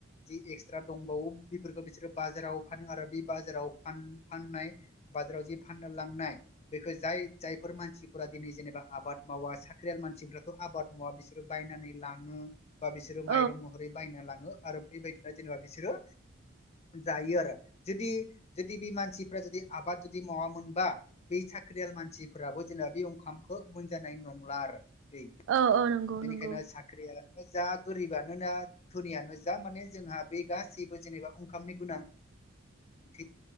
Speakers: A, on the left; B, on the right.
A: जि एक्सट्रा दंबावो बेफोरखौ बिसोरो बाजाराव फानो आरो बे बाजाराव फान फाननाय बाजाराव जे फाननो लांनाय बेखौ जाय जायफोर मानसिफोरा दिनै जेनेबा आबाद मावा साख्रियाल मानसिफ्राथ' आबाद मावा बिसोरो बायनानै लाङो बा बिसोरो
B: औ
A: माइरं महरै बायना लाङो आरो बेबायदिनो जेनेबा बिसोरो जायो आरो जुदि जुदि बे मानसिफ्रा जुदि आबाद जुदि मावामोनबा बे साख्रिया मानसिफोराबो जेनेबा बे ओंखामखौ मोनजानाय नंला आरो। दै
B: औ औ नंगौ।
A: बेनिखायनो
B: नंगौ
A: साख्रि यानो जा गोरिबानो ना धोनियानो जा माने जोंहा बे गासैबो जेनेबा ओंखामनि गोनां थि।